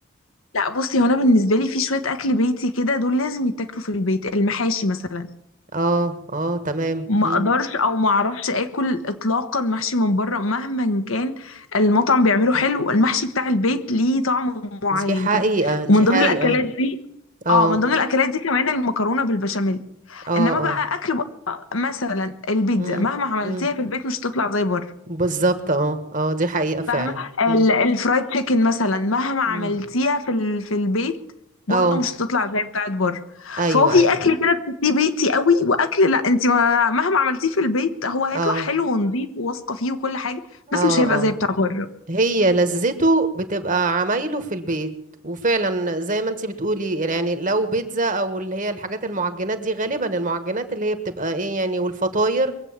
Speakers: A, on the left (about 85°); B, on the right (about 40°).
A: لا بصي هو انا بالنسبه لي في شويه اكل بيتي كده دول لازم يتاكلوا في البيت المحاشي مثلا
B: اه اه تمام
A: ما
B: امم
A: اقدرش او ما اعرفش اكل اطلاقا محشي من بره مهما كان المطعم بيعمله حلو المحشي بتاع البيت ليه طعم معين
B: دي حقيقة
A: كده
B: دي
A: ومن
B: حقيقة
A: ضمن الاكلات دي
B: اه
A: اه من ضمن الاكلات دي كمان المكرونه بالبشاميل
B: اه
A: انما بقى
B: اه
A: اكل بره مثلا البيتزا
B: امم
A: مهما عملتيها
B: امم
A: في البيت مش هتطلع زي بره
B: بالظبط اه اه دي حقيقة فعلا
A: فاهمه ال-
B: امم
A: الفرايد تشيكن مثلا مهما عملتيها
B: امم
A: في ال... في البيت برضو
B: اه
A: مش هتطلع زي بتاعت بره
B: ايوه
A: فهو في
B: ايوه
A: اكل كده بتحسيه بيتي قوي واكل لا انت ما... مهما عملتيه في البيت هو هيطلع
B: اه
A: حلو ونظيف وواثقه فيه وكل حاجه بس
B: اه
A: مش هيبقى زي
B: اه
A: بتاع بره
B: هي لذته بتبقى عمايله في البيت وفعلا زي ما انتي بتقولي يعني لو بيتزا او اللي هي الحاجات المعجنات دي غالبا المعجنات اللي هي بتبقى ايه يعني والفطاير